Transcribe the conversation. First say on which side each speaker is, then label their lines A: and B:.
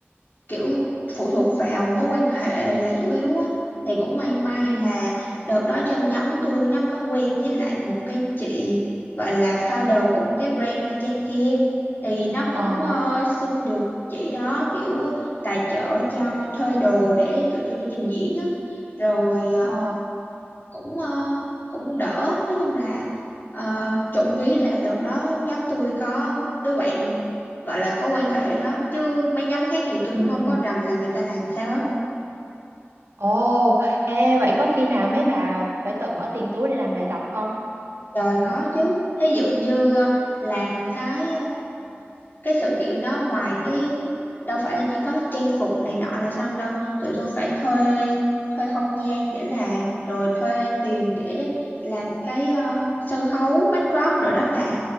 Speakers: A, on the left (about 50°); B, on the right (about 80°).
A: kiểu phụ thuộc vào mối quan hệ là chủ yếu á thì cũng may may
B: ừ
A: là đợt đó trong nhóm tôi nó có quen với lại một cái chị gọi là founder của một cái brand thời trang kia thì nó cũng
B: Ờ,
A: ờ, xin được chị đó kiểu tài trợ cho thuê đồ để tụi tôi đi trình diễn á rồi ờ,
B: ờ,
A: cũng ờ, cũng đỡ nói chung là ờ, trộm vía là đợt đó nhóm tôi có đứa bạn gọi là có quan hệ đó chứ mấy nhóm khác thì tôi
B: ừ
A: cũng không có rành là người ta làm sao hết
B: Ồ, ê, vậy có khi nào mấy bà phải tự bỏ tiền túi để làm bài tập không?
A: trời có chứ thí dụ như ờ, làm cái cái sự kiện đó ngoài cái đâu phải là chỉ có trang phục này nọ là xong đâu tụi tôi phải thuê thuê không gian để làm rồi thuê tiền để làm cái ờ, sân khấu backdrop rồi đó bà